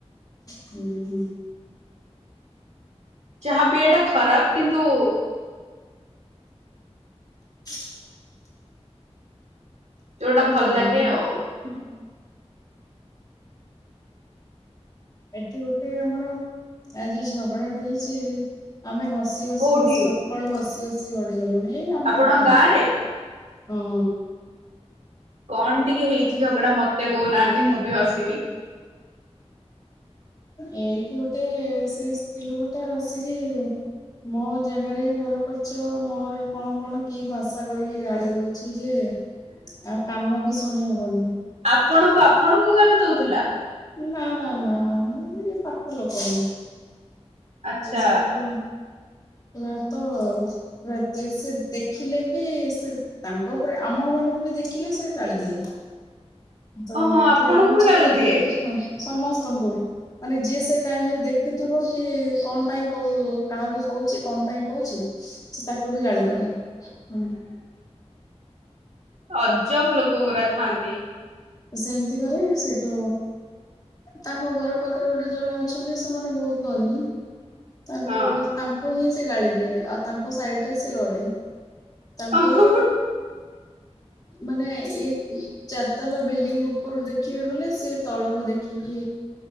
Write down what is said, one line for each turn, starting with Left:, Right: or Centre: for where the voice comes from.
Left: ହୁଁ ହୁଁ
Right: ଚାହା ପିଇବା ଟା ଖରାପ କିନ୍ତୁ
Left: <inaudible>
Right: ଯୋଉଟା ଭଲ
Left: ହୁଁ
Right: ଲାଗେ
Left: ହୁଁ।
Right: ଆଉ।
Left: ଏଠି ଗୋଟେ ଆମର ଆଜି ଝଗଡାଟି ହେଇଛି ଆମେ ହସି ହସି
Right: କୋଉଠି
Left: ହ ସକାଳୁ ହସି ଆସି ଗଡ଼ିିଗଲୁି ଏଇ ଆମ
Right: ଆପଣଙ୍କ
Left: ପାଖରେ
Right: ଗାଁ ରେ
Left: ହୁଁ
Right: କଣ ଟିକେ ହେଇଛି ଝଗଡା ମତେ କହୁନାହାନ୍ତି ମୁଁ ବି ହସିବି
Left: ଏଇଠି ଗୋଟେ ସେ ସ୍ତ୍ରୀ ଲୋକୋଟା ଆସିକି ମୋ ଜାଗାରେ ଘର କରିଛ ମୋର କଣ କଣ କି ଭାଷା କରିକି ଗାଳି ଦଉଛି ଯେ ଆଉ କାନ ବି ଶୁଣି ହବନି
Right: ଆପଣଙ୍କୁ ଆପଣଙ୍କୁ ଗାଲି ଦଉଥିଲା।
Left: ନା ନା ନା ମୁ ପାଖ ଲୋକ ସେ
Right: ଆଚ୍ଛା।
Left: ସେ ତୁ ପ୍ରାୟତ ପ୍ରତ ସେ ଦେଖିଲେ କି ସେ ତାଙ୍କ ଉପରେ ଆମ ମାନଙ୍କୁ ବି ଦେଖିଲେ ସେ କାଳି ଦିଅ ତ
Right: ଓହୋ
Left: ଏଠି
Right: ଆପଣଙ୍କୁ
Left: ଆମ
Right: ବି
Left: ଛାତ
Right: ଗାଳି
Left: ଉପରେ
Right: ଦିଏ
Left: ହ ସମସ୍ତଙ୍କୁ ମାନେ ଯିଏ ସେ ଟାଇମ ରେ ଦେଖୁଥିବ କି କଣ ପାଇଁ କ କାହାକୁ କହୁଛି କଣ ପାଇଁ କହୁଛି। ସେ ତାକୁ ବି ଜାଳିଦବ ହୁଁ
Right: ଅଜବ ଲୋକ ପୁରା ଥାଆନ୍ତି।
Left: ସେମିତି କରେ ସେଇଟୁ ତାଙ୍କ ଘର ପାଖରେ ଗୋଟେ ଜଣେ ଅଛନ୍ତି ସେମାନେ ବହୁତ ଧନୀ। ତାପ
Right: ହଁ
Left: ତାଙ୍କୁ କୁ ହିଁ ସେ ଗାଳି ଦିଏ ଆଉ ତାଙ୍କ ସାଇଡ ରେ ସେ ରହେ। ତାଙ୍କର
Right: ଓହୋ
Left: ମାନେ ଇଏ ଚାରତାଲା ବିଲ୍ଡିଙ୍ଗ ଉପରୁ ଦେଖିବେ ବୋଲେ ସେ ତଳକୁ ଦେଖିକି